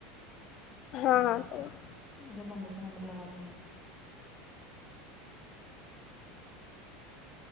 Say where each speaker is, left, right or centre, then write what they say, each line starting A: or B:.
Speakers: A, on the left (about 45°); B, on the left (about 20°).
A: हा हा चालल,
B: माझ मम्मीच्या नंबर ला लावते मग, <unintelligible>